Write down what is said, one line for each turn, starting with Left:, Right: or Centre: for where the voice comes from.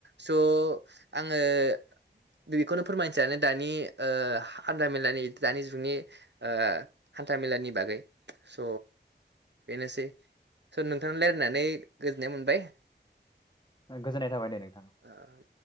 Right: स' आङो बे बेखौनो फोरमायनो सानो दानि ओ हा हान्थामेलानि दानि जुगनि हान्था मे मेलानि बागै स' बेनोसै स नोंथां लायरायनानै गोजोननाय मोनबाय।
Left: गोजोननाय थाबाय दे नोंथां।
Right: ओ